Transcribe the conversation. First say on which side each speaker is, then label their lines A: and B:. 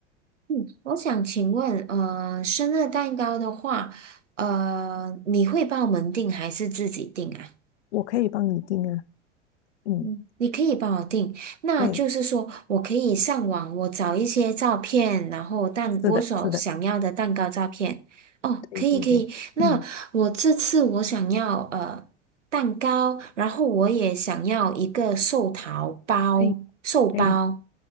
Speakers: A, on the right (about 80°); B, on the left (about 70°).
A: 嗯，我想请问，呃，生日蛋糕的话，呃，你会帮我们订还是自己订啊？
B: 我可以帮你订啊，嗯，
A: 嗯，你可以帮我定，那就是说我可以上网，
B: 对，
A: 我找一些照片，然后蛋我所想要的蛋糕照片。
B: 是的，是的，
A: 哦，
B: 对对对，
A: 可以可以。那我这次我想要呃蛋糕，
B: 嗯，
A: 然后我也想要一个寿桃包，
B: 可以
A: 寿包
B: 可以，